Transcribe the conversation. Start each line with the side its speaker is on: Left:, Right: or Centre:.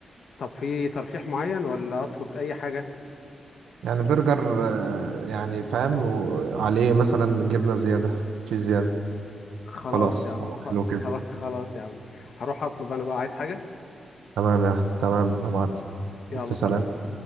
Left: طب في ترشيح معين ولا اطلب اي حاجة
Right: يعني برجر آه، يعني فاهم عليه مثلا جبنه زياده تشيز زياده
Left: خلاص
Right: خلاص
Left: يا عم خ-
Right: حلو كده
Left: خلاص خلاص يا عم هروح اطلب انا بقى عايز حاجة
Right: تمام يا تمام يا معلم
Left: يلا
Right: في
Left: سلام
Right: سلام